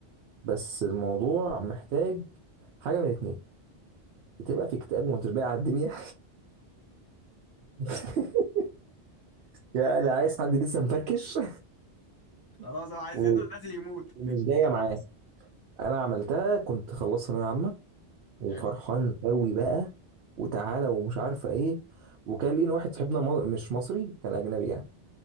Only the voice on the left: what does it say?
خلاص
انا عايز
ينزل نازل يموت
حلو